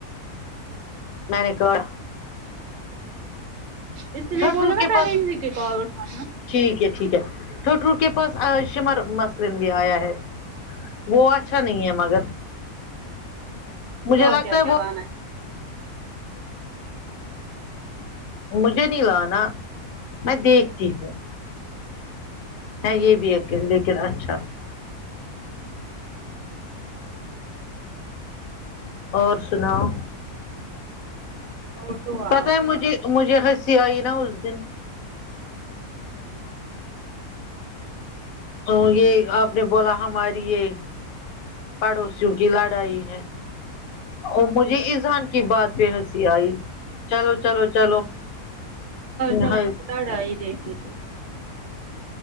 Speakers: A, on the left; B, on the right.
A: میں نے کہا
B: اس لیے
A: چھٹرو
B: بولو نا
A: کے
B: پہلے
A: پاس
B: اسی کی کال اٹھان نا
A: ٹھیک ہے ٹھیک ہے ٹو ٹو کے پاس شمر مثرن بھی آیا ہے وہ اچھا نہیں ہے مگر مجھے
B: سو
A: لگتا
B: کیا کیا
A: وہ
B: بانا ہے
A: مجھے نہیں لانا میں دیکھتی ہوں یہ بھی ایک لیکن اچھا اور سناؤ
B: اور دعا
A: پتا
B: آپ
A: ہے مجھے مجھے ہنسی آئی نا اس دن تو یہ آپ نے بولا ہماری یہ پڑوسیوں کی لڑائی ہے اور مجھے اذان کی بات پہ ہنسی آئی چلو چلو چلوام
B: چلو
A: ح
B: ان کی لڑائی دیکھیں گے